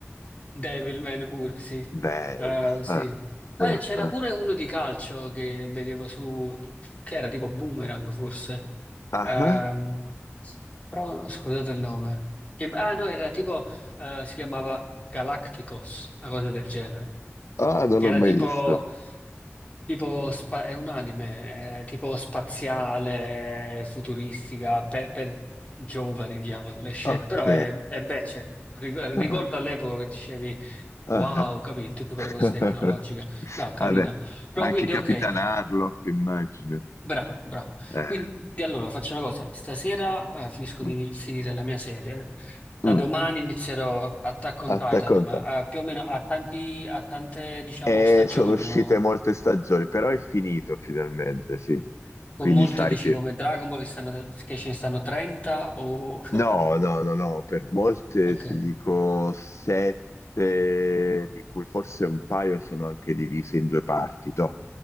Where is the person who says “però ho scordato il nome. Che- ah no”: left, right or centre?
Left